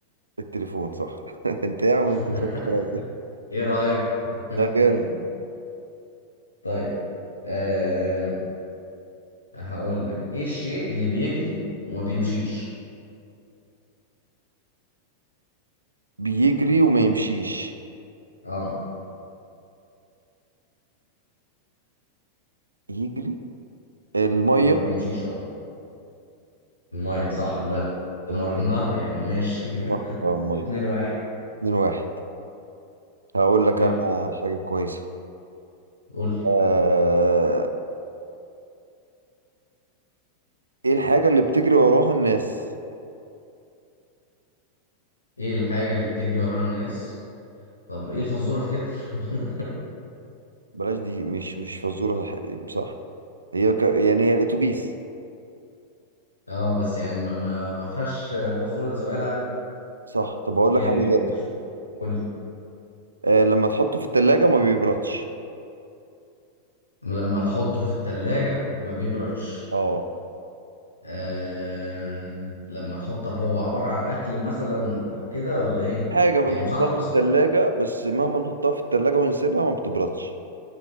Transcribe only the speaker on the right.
التليفون صح <laughs> انت يا عم
انت شاطر خالص
ده جامد
بيجري وما يمشيش
يجري المية
المية
النهر
اه المية
اتنين واحد هقول لك
انا حاجة كويسة
آه... ايه الحاجة اللي بتجري وراها الناس
بلاش دي مش مش فزورة صح صح. هي ك... يعني هي الأتوبيس
صح طب أقول
لك حاجة غيرها
آه لما تحطه في التلاجة ما بيبردش
اه
حاجة بنحطها
في التلاجة بس مهما نحطها في التلاجة ونسيبها ما بتبردش